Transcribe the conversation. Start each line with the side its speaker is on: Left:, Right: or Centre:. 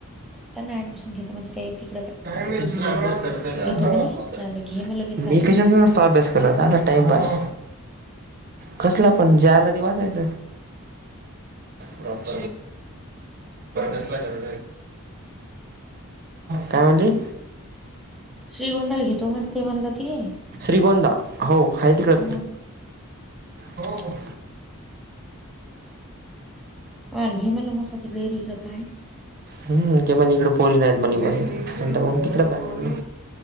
Centre: त्यांना ऍडमिशन घेतता ममध्ये त्या.
Right: करत
Centre: म्हणे मी म्हटलं घे म्हणलं बिनधास्त
Right: मी कशाचा तो अभ्यास करत आ. टाइमपास कसला पण जे आला ते वाचायच. प्रॉपर कसला कर. काय म्हणली.
Centre: श्रीगोंंदाल घेतो म्हणते म्हणला ते.
Right: श्रीगोंदा हो आहे तिकडे.
Centre: मग
Right: हो हो.
Centre: अ घे मला मस्त तरी काय.
Right: हम् ते म्हणजे इकडे पोरीस नाहीत मणी ब म्हण मग तिकडे पाहिल.